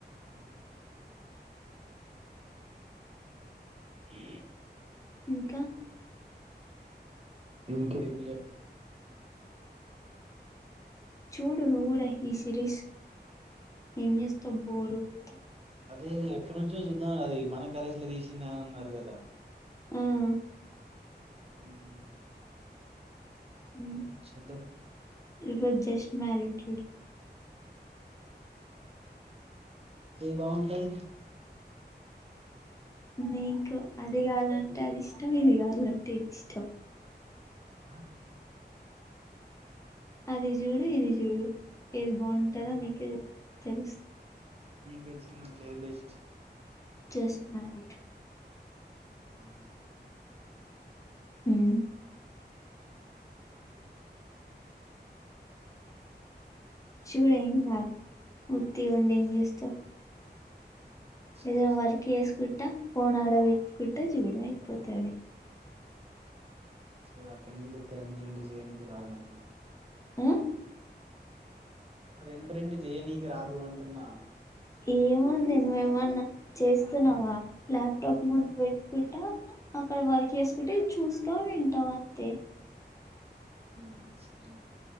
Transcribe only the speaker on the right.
ఉమ్ ఇ
ఇంక ఇమి లే
అదే ఎప్పటి నుంచో చూద్దాం అది మన కాలేజ్లా తీసిందని అన్నారు కదా
ఉమ్
చూద్దాం
ఏది బాగుంటది
ఆ
ఆ అంతే నీకు తెలుసు నాకు ఏం బెస్ట్
ఆ నిన్
సరే
సరే
సరే అట్ల నీ లెక్క రెండు రెండు చేయనీకి రాదు నాకు మాత్రం
రెండు రెండు చెయ్యనీకి రాదు అంటున్నా
ఉమ్ సరేనా